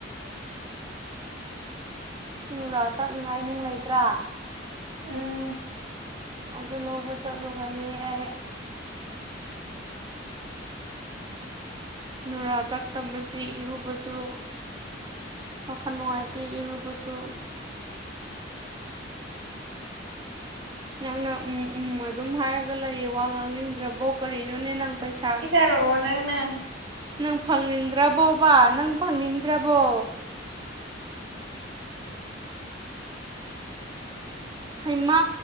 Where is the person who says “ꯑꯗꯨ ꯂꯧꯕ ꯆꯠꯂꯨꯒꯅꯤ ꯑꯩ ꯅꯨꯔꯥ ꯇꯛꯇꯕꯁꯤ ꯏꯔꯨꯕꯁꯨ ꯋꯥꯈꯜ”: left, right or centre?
Right